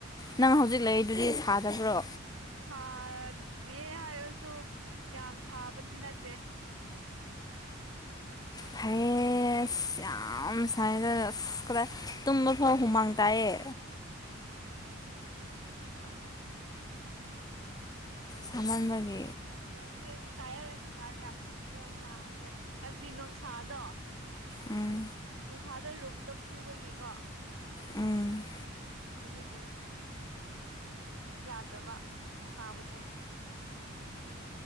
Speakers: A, on the left (about 20°); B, on the right (about 80°).
A: ꯅꯪ ꯍꯧꯖꯤꯛ ꯂꯩꯔꯤꯗꯨꯗꯤ ꯁꯥꯗꯕ꯭ꯔꯣ
B: ꯁꯥꯗꯦ ꯍꯥꯏꯔꯁꯨ ꯌꯥꯝ ꯁꯥꯕꯗꯤ ꯅꯠꯇꯦ
A: ꯐꯩꯌꯦ ꯑꯦꯁ ꯌꯥꯝ ꯁꯥꯏꯅꯔ ꯑꯁ ꯈꯔ ꯇꯨꯝꯕ ꯐꯥꯎ ꯍꯨꯃꯥꯡ ꯇꯥꯏꯑꯌꯦ
B: <unintelligible>
A: ꯊꯃꯟꯕꯒꯤ
B: ꯑꯁ ꯈꯪꯗ꯭ꯔꯦ ꯁꯤꯗꯤ ꯑꯗꯨ ꯆꯥꯏꯔꯣꯏ ꯅꯨꯡꯗꯥꯡ ꯌꯥꯝ ꯁꯥꯡꯗ ꯃꯥꯥꯡꯂꯂꯦ ꯍꯥꯏꯕꯗꯤ ꯅꯨꯡꯁꯥꯗꯣ
A: ꯎꯝ
B: ꯅꯨꯡꯁꯥꯗ ꯔꯨꯝꯗ ꯐꯨꯕꯒꯤꯀꯣ
A: ꯎꯝ
B: ꯑꯗꯨꯒꯤ ꯌꯥꯗꯕ ꯁꯥꯕꯗꯣ